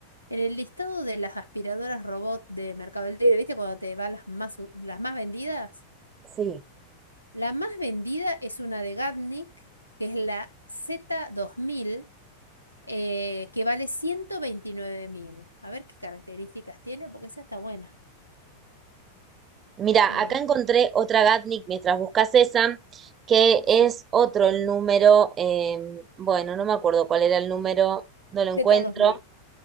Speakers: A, on the left (about 85°); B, on the right (about 25°).
A: en el listado de las aspiradoras robot de Mercado Libre, ¿viste? Cuando te va las más, u- las más vendidas.
B: Sí.
A: La más vendida es una de Gatnik, que es la Z2000, eh, que vale ciento veintinueve mil A ver qué características tiene, porque esa está buena.
B: Mira,
A: Eh,
B: acá encontré otra Gatnik mientras buscas esa, que
A: sí.
B: es otro el número, eh, bueno, no me acuerdo cuál era el número, no lo encuentro.
A: Z2000.